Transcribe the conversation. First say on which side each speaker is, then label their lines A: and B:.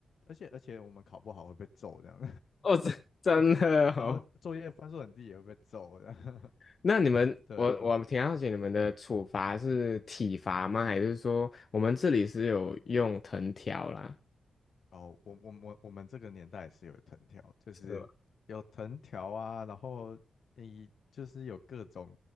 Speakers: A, on the left; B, on the left.
A: 而且而且我们考不好会被揍这样，
B: 哦，真真的哦，
A: <laughs> 然后作业分数很低也会被揍这样，<laughs>
B: 那你们，
A: 对，
B: 我我挺好奇你们的处罚是体罚吗？还是说我们这里是有用藤条啦，
A: 哦，我我我我们这个年代也是有藤条，就是有藤条啊，
B: 是吗？
A: 然后你就是有各种